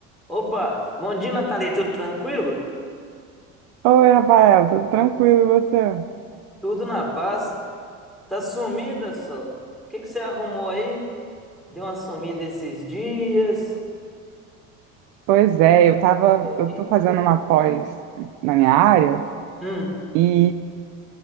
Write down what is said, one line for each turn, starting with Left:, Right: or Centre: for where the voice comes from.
Centre: Opa, bom dia, Nathalie. Tudo tranquilo?
Right: Oi, Rafael, tudo tranquilo e você?
Centre: Tudo na paz. Tá sumida só. O que que você arrumou aí? Deu uma sumida esses dias?
Right: Pois é, eu tava,
Centre: Ficou rica?
Right: eu tô fazendo uma pós na minha área
Centre: Hum,
Right: e,